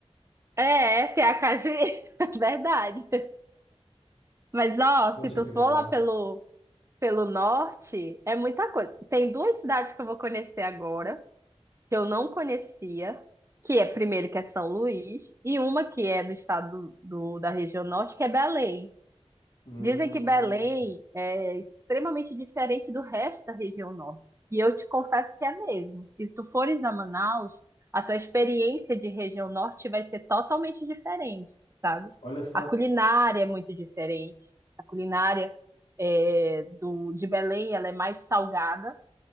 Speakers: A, on the right; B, on the left.
A: é, é tem a Cajui, <laughs> verdade. Mas ó,
B: Poxa,
A: se tu
B: que
A: for
B: legal.
A: lá pelo, pelo norte, é muita coisa. Tem duas cidades que eu vou conhecer agora, que eu não conhecia, que é primeiro que é São Luís, e uma que é do estado do, da região norte, que é Belém.
B: Hum,
A: Dizem que Belém é extremamente diferente do resto da região norte. E eu te confesso que é mesmo. Se tu fores a Manaus, a tua experiência de região norte vai ser totalmente diferente, sabe?
B: olha só.
A: A culinária é muito diferente. A culinária é, do, de Belém, ela é mais salgada.